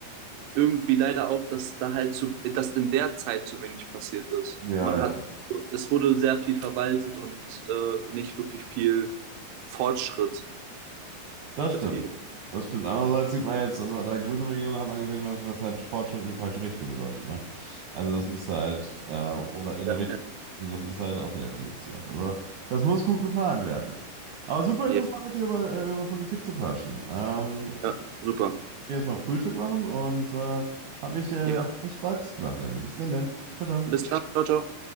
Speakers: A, on the right (about 80°); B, on the right (about 70°).
A: irgendwie leider auch, dass da halt zu, dass in der Zeit zu wenig passiert ist.
B: ja,
A: Man hat,
B: ja.
A: es wurde sehr viel verwaltet und äh, nicht wirklich viel Fortschritt
B: Das
A: betrieben.
B: stimmt. Das stimmt. Andererseits sieht man jetzt, also an der grünen Regierung hat man gesehen, was, was halt Fortschritt in die falsche Richtung bedeutet. Ne? Also das ist halt,
A: Ja,
B: äh, oder in
A: ja,
B: der Richtung, also das ist halt auch wieder kompliziert. Also das muss gut geplant werden. Aber super
A: ja,
B: interessant, mit dir über, äh, über Politik zu quatschen. Ähm,
A: ja super.
B: ich geh jetzt mal Frühstück machen und äh, hat mich, äh,
A: Ja,
B: hat echt Spaß gemacht, Lenny. Bis denn denn. Ciao, ciao.
A: bis dann, ciao, ciao.